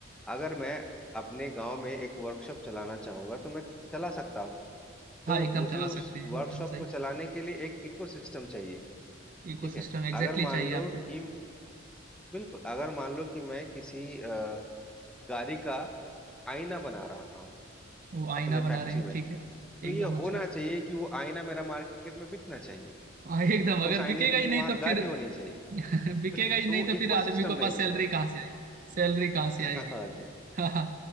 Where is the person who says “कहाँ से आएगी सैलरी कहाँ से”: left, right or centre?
Right